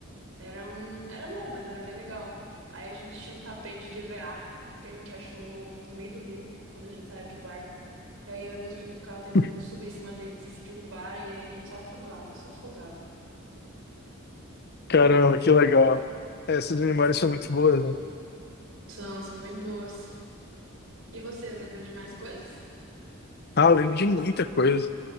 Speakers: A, on the right; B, on the left.
A: Era um... Era bom, mas era bem legal. Aí a gente tinha um tapete de EVA que a gente achou no meio do rio, quando a gente saiu de barco. E aí eu e meus primos ficavam tentando
B: <laughs>
A: subir em cima deles e se derrubar, e aí a gente só afogava, só afogava.
B: Caramba, que legal. É, Essas memórias são muito boas, né?
A: São, são bem boas. E você lembra de mais coisas?
B: Ah, eu lembro de muita coisa.